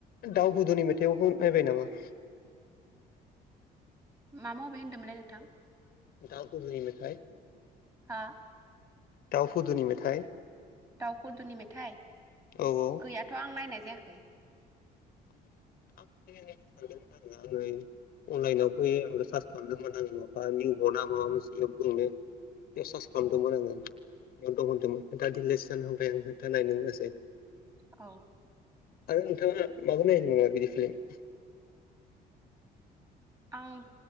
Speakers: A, on the left; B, on the right.
A: दाउ हुदुनि मेथाइखौबो नायबाय नामा?
B: मा मभि होन्दोंमोनलाय नोंथां?
A: दाउ हुदुनि मेथाइ
B: हा?
A: दाव हुदुनि मेथाइ
B: दाव हुदुनि मेथाइ?
A: औ औ
B: गैयाथ' आं नायनाय जायाखै।
A: <unintelligible> अनलाइनाव फै आं सार्स खालामदोंमोन आं माबा निउ ना माबा मोनसे एप दङनो बेयाव सास खालामदोंमोन
B: अ
A: आङो। <unintelligible>
B: औ
A: आरो नोंथाङा माबा नायदों ना बिदि फिल्म
B: आं